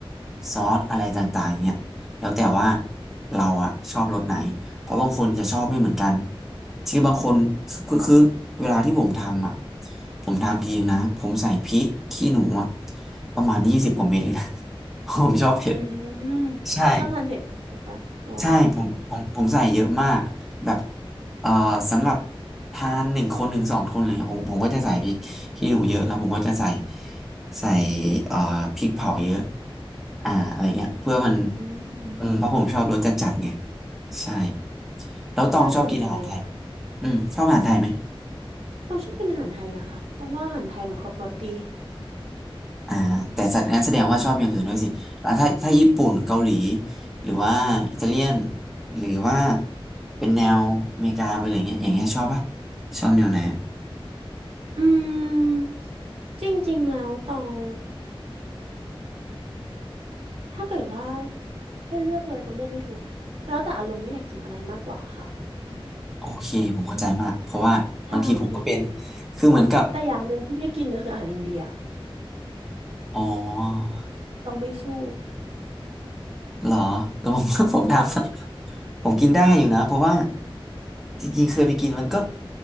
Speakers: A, in the centre; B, on the right.
A: ซอสอะไรต่างๆเนี่ยแล้วแต่ว่าเราอะชอบรสไหนเพราะบางคนจะชอบไม่เหมือนกันคือบางคนคือคือเวลาที่ผมทำอะผมทำทีนะผมใส่พริกขี้หนูอะประมาณยี่สิบกว่าเม็ดเลยนะ <laughs> ผมชอบเผ็ด
B: อืมชอบทานเผ็ดใช่ไหมคะอ๋อ
A: ใช่ ใช่ผมผมผมใส่เยอะมากแบบเอ่อสำหรับทานหนึ่งคนหนึ่งสองคนอะไรเงี้ยผมผมก็จะใส่พริกขี้หนูเยอะแล้วผมก็จะใส่ใส่เอ่อพริกเผาเยอะอ่าอะไรเงี้ยเพื่อมัน
B: อืม
A: อืมเพราะผมชอบรสจัดจัดไงใช่แล้วตองชอบกินอาหารไทย
B: น่าสนใจค่ะ
A: อืมชอบอาหารไทยไหม
B: ต้องชอบกินอาหารไทยนะคะต้องว่าอาหารไทยมันครบรสดี
A: อ่าแต่สัตว์นั้นแสดงว่าชอบอย่างอื่นด้วยสิแล้วถ้าถ้าญี่ปุ่นเกาหลีหรือว่าอิตาเลียนหรือว่าเป็นแนวอเมริกาไปเลยอย่างเงี้ยอย่างเงี้ยชอบปะชอบแนวไหน
B: อืมจริงๆแล้วตองถ้าเกิดว่าให้เลือกเลยตองเลือกไม่ถูกแล้วแต่อารมณ์ว่าอยากกินอะไรมากกว่าค่ะ
A: โอเคผมเข้าใจมากเพราะว่าบางทีผมก็เป็น
B: ใช่
A: คือเหมือนกับ
B: แต่อย่างหนึ่งที่ไม่กินเลยคืออาหารอินเดีย
A: อ๋อ
B: ตองไม่สู้
A: เหรอแล้วผม <laughs> ผมท
B: ใช่
A: ำผมกินได้อยู่นะเพราะว่าจริงๆเคยไปกินมันก็